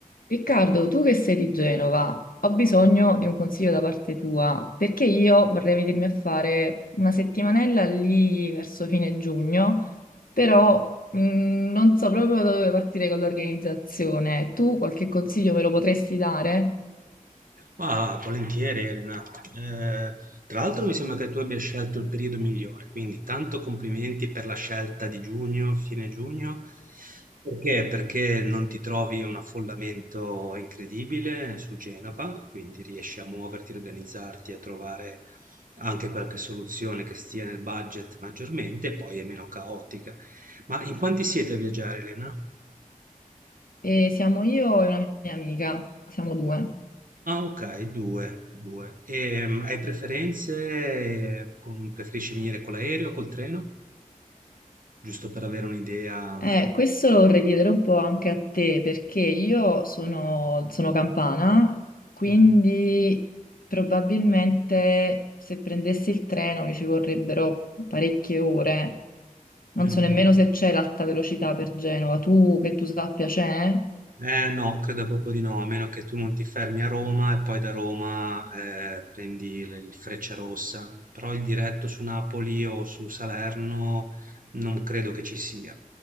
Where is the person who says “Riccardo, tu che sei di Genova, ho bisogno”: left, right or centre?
Left